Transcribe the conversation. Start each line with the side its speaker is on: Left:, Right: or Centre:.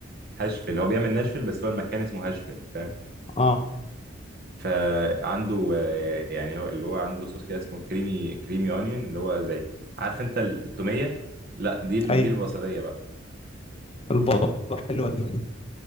Right: هاشفيل هو بيعمل ناشفيل بس هو المكان اسمه هاشفيل فاهم
Left: اه
Right: فعنده آه، يعني هو اللي هو عنده صوص كده اسمه كريمي كريمي اونيون اللي هو زي عارف انت ال- التوميه لا دي ال-
Left: أيوه
Right: دي البصليه بقى
Left: البطة حلوة دي